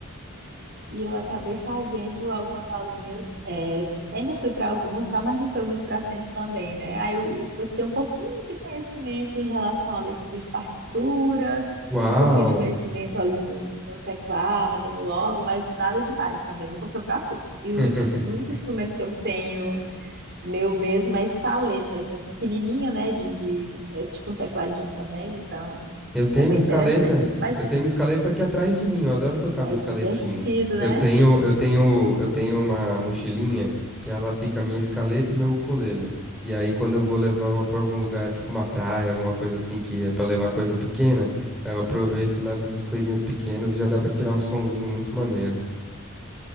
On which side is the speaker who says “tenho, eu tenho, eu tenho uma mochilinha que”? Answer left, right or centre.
Centre